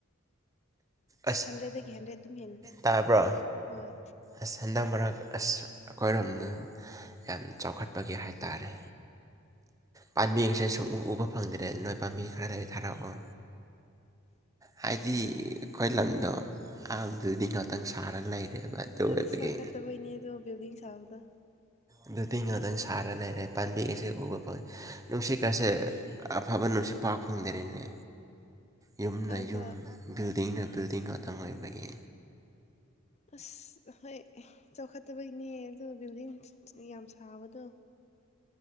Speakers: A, on the right; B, on the left.
A: ꯑꯁ
B: ꯍꯟꯗ꯭ꯔꯦꯗꯒꯤ ꯍꯟꯗ꯭ꯔꯦꯗ ꯑꯗꯨꯝ ꯍꯦꯜꯂꯦ
A: ꯇꯥꯕ꯭ꯔꯣ
B: ꯍꯣꯏ
A: ꯑꯁ ꯍꯟꯗꯛ ꯃꯔꯛ ꯑꯁ ꯑꯩꯈꯣꯏꯔꯣꯝꯗ ꯌꯥꯝ ꯆꯥꯎꯈꯠꯄꯒꯤ ꯍꯥꯏꯇꯥꯔꯦ ꯄꯥꯝꯕꯤꯒꯁꯦ ꯁꯨꯡꯎ ꯎꯕ ꯐꯪꯗ꯭ꯔꯦ ꯅꯣꯏ ꯄꯥꯝꯕꯤ ꯈꯔ ꯂꯩꯔꯗꯤ ꯊꯥꯔꯛꯑꯣ ꯍꯥꯏꯗꯤ ꯑꯩꯈꯣꯏ ꯂꯝꯗꯣ ꯑꯗꯨꯗꯤ ꯉꯥꯛꯇꯪ ꯁꯥꯔꯒ ꯂꯩꯔꯦꯕ ꯑꯣꯏꯕꯒꯤ
B: ꯑꯁ ꯆꯥꯎꯈꯠꯇꯕꯩꯅꯦ ꯑꯗꯣ ꯕꯤꯜꯗꯤꯡ ꯁꯥꯕꯗꯣ
A: ꯑꯗꯨꯗꯤꯤꯡ ꯉꯥꯛꯇꯪ ꯁꯥꯔ ꯂꯩꯔꯦ ꯄꯥꯝꯕꯤ ꯑꯁꯤ ꯎꯕ ꯐꯪꯉ ꯅꯨꯡꯁꯤꯠ ꯀꯁꯦ ꯑꯐꯕ ꯅꯨꯡꯁꯤꯠ ꯐꯥꯎ ꯐꯪꯗꯔꯦꯅꯦ ꯌꯨꯝꯅ
B: ꯑꯗꯣ
A: ꯌꯨꯝ ꯕꯤꯜꯗꯤꯡꯅ ꯕꯤꯜꯗꯤꯡ ꯑꯗꯨꯇꯪ ꯑꯣꯏꯕꯒꯤ
B: ꯑꯁ ꯍꯣꯏ ꯆꯥꯎꯈꯠꯇꯕꯩꯅꯦ ꯑꯗ ꯕꯤꯜꯗꯤꯡ ꯌꯥꯝ ꯁꯥꯕꯗꯣ